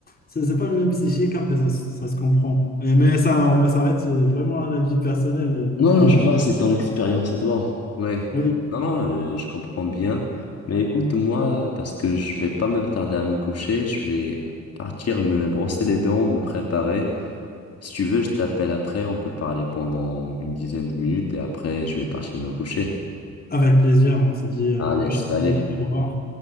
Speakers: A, on the left (about 30°); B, on the left (about 55°).
A: c'est c'est pas le même psychique, après, ça, se ça se comprend. Et- mais ça, mais ça reste euh, vraiment un avis personnel. euh, Je
B: Non,
A: veux pas-
B: non, je vois, c'est ton expérience à toi. Ouais.
A: Oui,
B: Non, non, euh, je comprends bien. Mais écoute, moi, parce que je vais pas me tarder à me coucher, je vais partir me brosser les dents, me préparer. Si tu veux, je t'appelle après, on peut parler pendant une dizaine de minutes et après, je vais partir me coucher.
A: avec plaisir, on se dit à
B: Allez,
A: la prochaine
B: salut.
A: fois. Au revoir.